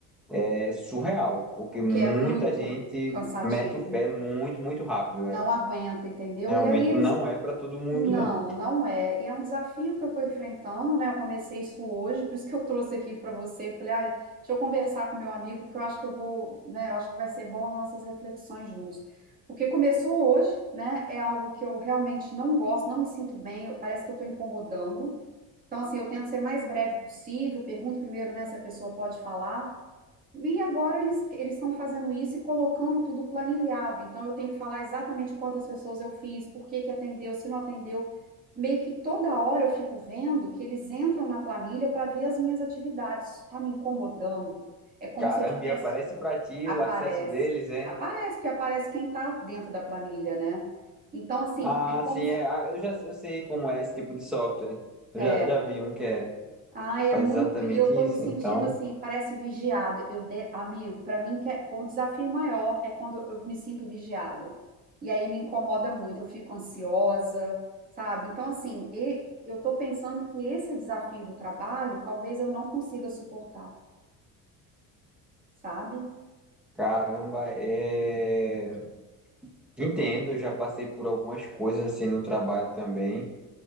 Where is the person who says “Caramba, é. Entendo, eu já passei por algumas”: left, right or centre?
Centre